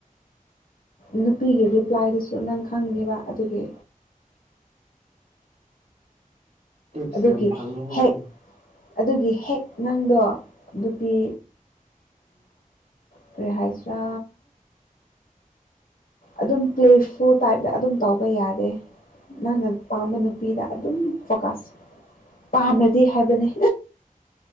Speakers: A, on the left; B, on the right.
A: ꯅꯨꯄꯤꯒꯤ ꯔꯤꯄ꯭ꯂꯥꯏꯗꯨꯁꯨ ꯅꯪ ꯈꯪꯅꯤꯕ ꯑꯗꯨꯒꯤ
B: ꯇꯦꯛꯞꯁꯤ
A: ꯑꯗꯨꯒꯤ
B: ꯌꯥꯝ ꯐꯪꯉꯤꯍ
A: ꯍꯦꯛ ꯑꯗꯨꯒꯤ ꯍꯦꯛ ꯅꯪꯗꯣ ꯅꯨꯄꯤ ꯇ꯭ꯔꯦꯍꯖꯔ ꯑꯗꯨꯝ ꯄ꯭ꯂꯦꯐꯨ ꯇꯥꯏꯞꯇ ꯑꯗꯨꯝ ꯇꯧꯕ ꯌꯥꯔꯦ ꯅꯪꯅ ꯄꯥꯝꯕ ꯅꯨꯄꯤꯗ ꯑꯗꯨꯝ ꯐꯣꯀꯥꯁ ꯄꯥꯝꯅꯗꯤ ꯍꯥꯏꯕꯅꯤ